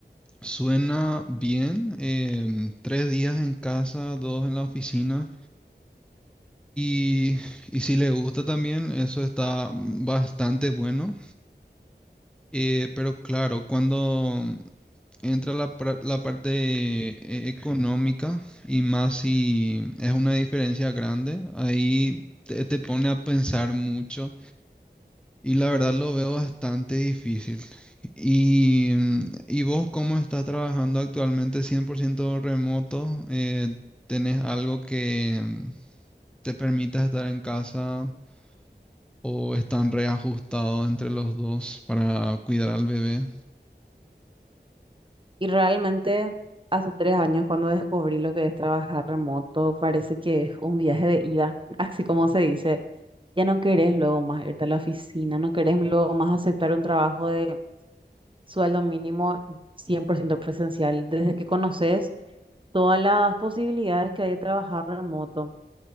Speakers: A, in the centre; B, on the right (about 30°).
A: Suena bien, em, tres días en casa, dos en la oficina. Y, y si le gusta también, eso está bastante bueno. Eh, pero claro, cuando entra la, par- la parte eh, económica y más si es una diferencia grande, ahí te, te pone a pensar mucho Y la verdad lo veo bastante difícil. ¿Y, mm, ¿y vos cómo estás trabajando actualmente 100% remoto? Eh, ¿tenés algo que mm, te permita estar en casa o están reajustados entre los dos para cuidar al bebé?
B: Y realmente hace tres años cuando descubrí lo que es trabajar remoto, parece que es un viaje de ida, <laughs> así como se dice. Ya no querés luego más irte a la oficina, no querés luego más aceptar un trabajo de sueldo mínimo 100% presencial, desde que conoces todas las posibilidades que hay de trabajar remoto.